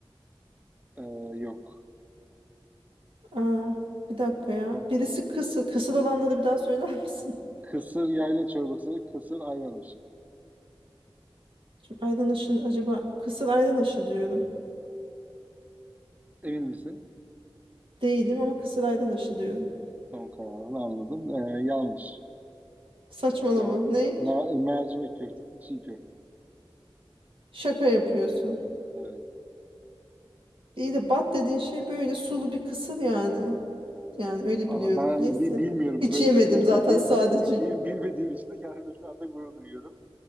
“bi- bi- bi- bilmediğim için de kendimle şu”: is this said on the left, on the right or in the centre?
Right